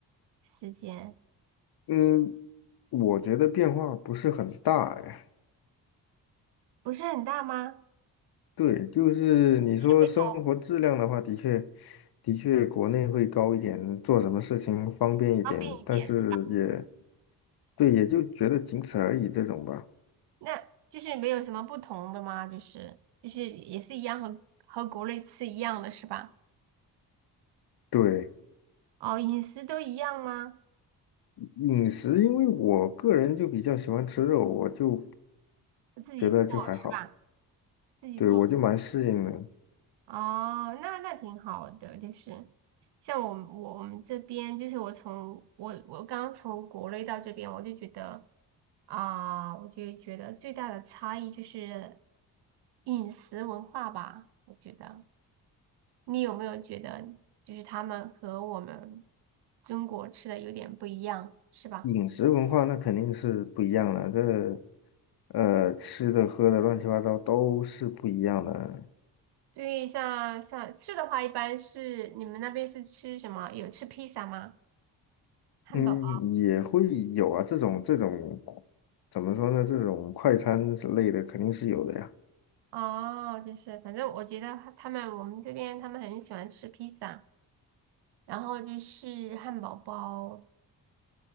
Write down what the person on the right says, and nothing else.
时间
不是很大吗？
没有
方便一点，
那就是没有什么不同的吗？就是就是也是一样和和国内吃一样的是吧？
哦，饮食都一样吗？
自己做是吧？
自己做。
哦，那那挺好的，就是像我们我我们这边，就是我从我我刚从国内到这边，我就觉得啊、我就觉得最大的差异就是饮食文化吧，我觉得你有没有觉得就是他们和我们中国吃的有点不一样，是吧？
对，像像吃的话，一般是你们那边是吃什么？有吃披萨吗？汉堡
哦，就是反正我觉得他他们我们这边他们很喜欢吃披萨，然后就是汉堡包。